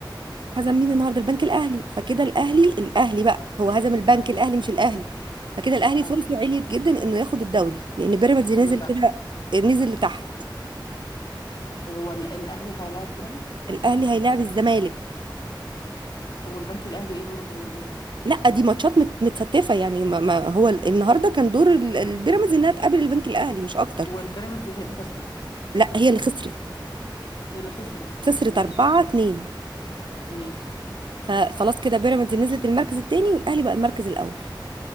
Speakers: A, on the right; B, on the left.
A: هزم مين النهارده البنك الاهلي فكده الاهلي الاهلي بقى هو هزم البنك الاهلي مش الاهلي فكده الاهلي
B: اه
A: فرصه عليت جدا انه ياخد الدوري لان بيراميدز نزل
B: ليه بقى
A: كده نزل لتحت
B: وهو ال- الاهلي هيلاعب بيراميدز
A: الاهلي هيلاعب الزمالك
B: طب والبنك الاهلي ايه دوره في الموضوع
A: لا دي ماتشات مت- متستفه يعني ما ما هو ال- النهارده كان دور ال- البيراميدز انها تقابل البنك الاهلي مش اكتر
B: والبيراميدز هي اللي كسبت
A: لا هي اللي خسرت
B: هي اللي خسرت
A: خسرت
B: مش
A: 4 2
B: مش
A: فخلاص كده بيراميدز نزلت المركز الثاني والاهلي بقى المركز الاول